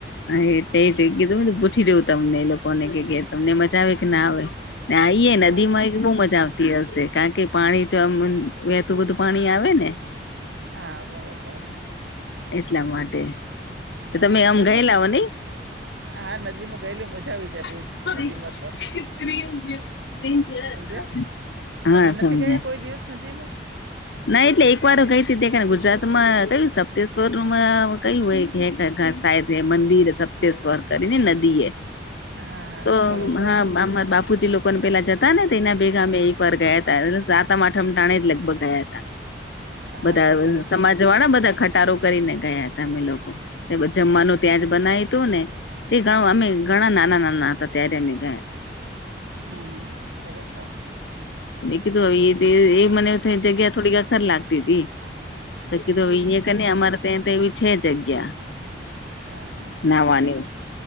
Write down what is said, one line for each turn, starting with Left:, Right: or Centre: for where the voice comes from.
Left: હા એ તેજ એ કીધું મેતો પૂછી જવું તમને, એ લોકોને, કે તમને મજા આવે કે ના આવે? ને આઈ એ નદી
Right: હા હા
Left: માંઈ બહું મજા આવતી હશે, કારણ કે પાણી તો આમ વેહતું બધું પાણી આવેને?
Right: હા બરોબર.
Left: એટલા માટે.
Right: હા
Left: તમે આમ
Right: એમની,
Left: ગયેલા હો નઈ
Right: હા નદીમાં ગયેલું મજા આવી.
Left: <unintelligible>
Right: જાય બહુ જ નદીમાં તો સમજે
Left: હા
Right: તમે નથી
Left: સમજ્યા
Right: ગયા કોઈ દિવસ નથીમા?
Left: ના એટલે એક વાર ગઈતી દેખને, ગુજરાત માં કયું સપ્તેશ્વરમાં કયું એક હે ધાસાયબ મંદિર હે, સપતેશ્વર કરીને નદી એ.
Right: હા હા
Left: તો
Right: બરોબર
Left: હા આમા બાપ પુચી લોકોને પેલા જતાને, તેના બેગામે એક વાર ગયા હતા, સાતમ આઠમ ટાણેજ લગભગ ગયા.
Right: હા
Left: બધા
Right: હા બરોબર
Left: અ સમાજ વાળા, બધા ખટારો કરીને ગયા હતા અમે લોકો. ને જમવાનું ત્યાં જ બનાયતુંને, તે ગાવ અમે ઘણા નાના નાના. હતા ત્યારે અમે ગયા હતા.
Right: હાહા બરોબર.
Left: મુ કિઘુ આવીએ તે એ મને થોડી જગ્યા થોડી અખર લાગતી હતી, તો કીધું હવે અહીંયા કરને અમારા તે તેવી છે જગ્યા.
Right: હા હા
Left: નાહવાની
Right: બરોબર,